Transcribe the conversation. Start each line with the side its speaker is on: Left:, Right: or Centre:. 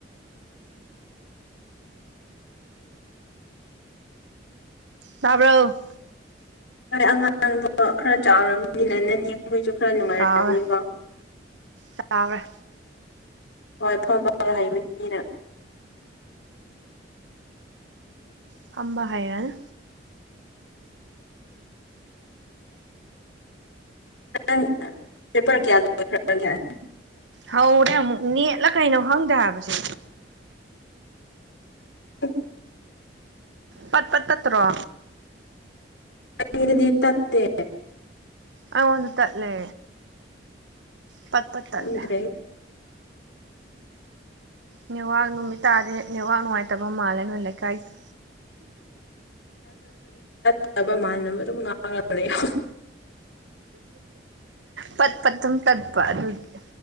Right: ꯇꯥꯕ꯭ꯔꯣ
Left: ꯎ ꯍꯣꯏ ꯑꯉꯥꯡꯗꯣ ꯈꯔ ꯆꯥꯎꯔꯕꯔꯕꯅꯤꯅ ꯅꯅꯦꯈꯣꯏꯁꯨ ꯈꯔꯥ ꯅꯨꯉꯥꯏꯔꯝꯅꯤꯀꯣ
Right: ꯆꯥꯎꯔꯦ ꯆꯥꯎꯔꯦ
Left: ꯍꯣꯏ ꯐꯣꯔꯕꯥ ꯍꯩꯕꯅꯤꯅ
Right: ꯐꯝꯕ ꯍꯩꯔꯦꯗꯥ
Left: ꯅꯪ ꯄꯦꯄꯔ ꯀꯌꯥ ꯂꯣꯏꯈꯔꯒꯦ
Right: ꯍꯧꯔꯦ ꯑꯃꯨꯛ ꯅꯦꯠꯂ ꯀꯩꯅꯣ ꯈꯪꯗꯦ ꯍꯥꯏꯕ ꯁꯦ
Left: ꯎ
Right: ꯄꯠ ꯄꯠ ꯇꯥꯇꯔꯣ
Left: ꯑꯩꯗꯤ ꯑꯗꯨꯗꯤ ꯇꯠꯇꯦ
Right: ꯑꯩꯉꯣꯟꯗꯥ ꯇꯠꯂꯦ ꯄꯠ ꯄꯠ ꯇꯠꯂꯦ
Left: ꯎꯗ꯭ꯔꯦ
Right: ꯅꯦꯋꯥꯛ ꯅꯨꯃꯤꯠ ꯇꯥꯔꯗꯤ ꯅꯦꯋꯥꯛ ꯅꯨꯡꯉꯥꯏꯇꯕ ꯃꯥꯜꯂꯦ ꯅꯣꯏ ꯂꯩꯀꯥꯏꯗꯨꯁꯨ
Left: ꯅꯨꯡꯉꯥꯏꯕꯥ ꯃꯥꯟꯅꯕ ꯑꯗꯨꯝ ꯉꯥꯡꯉꯥ ꯂꯩꯌꯣ
Right: ꯄꯠ ꯄꯠ ꯑꯗꯨꯝ ꯇꯠꯄ ꯑꯗꯨꯒꯤ